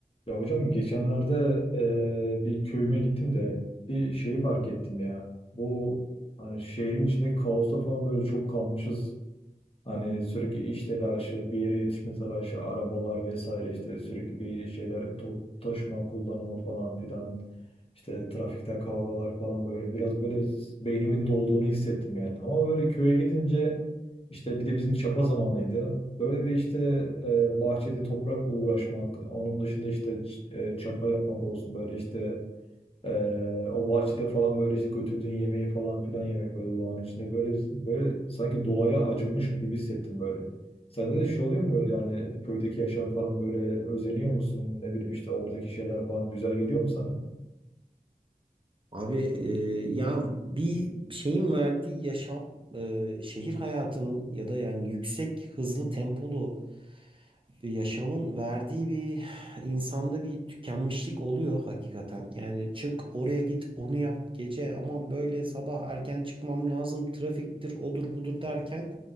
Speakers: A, on the left; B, on the right.
A: Ya hocam geçenlerde e, bir köyüme gittim de bir şeyi fark ettim ya. Bu hani şehrin içindeki kaosta falan böyle çok kalmışız Hani sürekli iş telaşı, bir yere yetişme telaşı, arabalar vesaire işte sürekli bir şeyler to- taşıma kullanımı falan filan. İşte trafikte kavgalar falan böyle biraz böyle beynimin dolduğunu hissettim yani. Ama böyle köye gidince işte bir de bizim çapa zamanıydı. Böyle bir işte e, bahçede toprakla uğraşmak, onun dışında işte ç- e, çapa yapmak olsun böyle işte ee, o bahçede falan böyle işte götürdüğün yemeği falan filan yemek böyle doğanın içinde böyle böyle sanki doğaya acıkmışım gibi hissettim böyle. Sende de şey oluyor mu böyle yani köydeki yaşam falan böyle özeniyor musun? Ne bileyim işte oradaki şeyler falan güzel geliyor mu sana?
B: Abi e, ya bir şeyin verdiği yaşam e, şehir hayatının ya da yani yüksek hızlı tempolu bir yaşamın verdiği bir insanda bir tükenmişlik oluyor hakikaten. Yani çık oraya git onu yap gece aman böyle sabah erken çıkmam lazım trafiktir odur budur derken